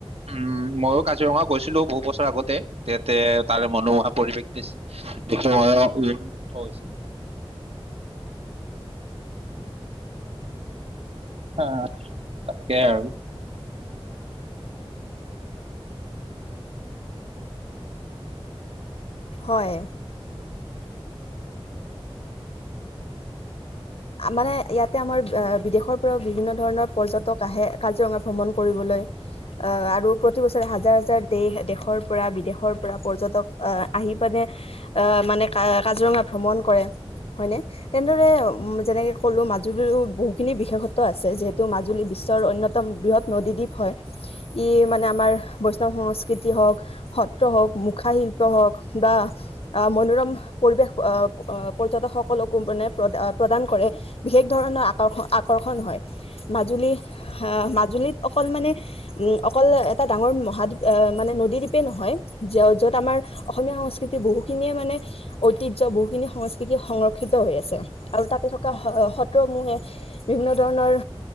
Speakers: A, on the right (about 85°); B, on the left (about 80°).
A: উম, ময়ো কাজিৰঙা গৈছিলো বহুত বছৰ আগতে তেতে তাৰ মনোমহা পৰিৱেশ টো দেখি মইও মুগ্ধ হৈছিলো। আঃ তাকে আৰু-
B: হয়। মানে ইয়াতে আমাৰ বিদেশৰ পৰাও বিভিন্ন ধৰণৰ পৰ্যটক আহে কাজিৰঙা ভ্ৰমণ কৰিবলৈ, অ, আৰু প্ৰতিবছৰে হাজাৰ- হাজাৰ, দেশ, দেশৰ পৰা বিদেশৰ পৰা পৰ্যটক আহি পিনে মানে কাজিৰঙা ভ্ৰমণ কৰে হয়নে তেনেদৰে, যেনেকৈ ক'লোঁ মাজুলীৰো বহুখিনি বিশেষত্ব আছে যিহেতু মাজুলী বিশ্বৰ অন্যতম বৃহৎ নদীদ্বীপ হয়, ই, মানে আমাৰ বৈষ্ণৱ সংস্কৃতি হওক, সত্ৰ হওক, মুখাশিল্প হওক বা মনোৰম পৰিৱেশ পৰ্যটকসকলকো মানে প্ৰ- প্ৰদান, কৰে বিশেষ ধৰণৰ আক-আকৰ্ষণ হয়। মাজুলী আহ, মাজুলীত অকল মানে উম, অকল এটা ডাঙৰ মহাদ্বীপ মানে নদীদ্বীপে নহয়, য'ত আমাৰ অসমীয়া সংস্কৃতি বহুখিনিয়ে মানে ঐতিহ্য বহুখিনি সংস্কৃতি সংৰক্ষিত হৈ আছে আৰু তাতে সত্ৰসমূহে বিভিন্ন ধৰণৰ